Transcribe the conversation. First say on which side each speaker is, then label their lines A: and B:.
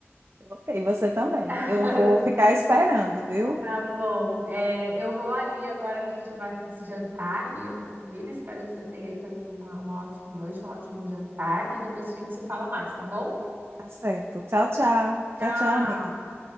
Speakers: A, on the right (about 60°); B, on the right (about 45°).
A: Ok, você também.
B: <laughs>
A: Eu vou ficar esperando, viu?
B: Tá bom. É, eu vou ali agora que a gente vai jantar ali, eu com a família. Espero que você tenha aí também uma uma ótima noite, um ótimo jantar. E depois a gente se fala mais, tá bom?
A: Tá certo. Tchau, tchau.
B: Tchau!
A: Tchau, tchau, amiga.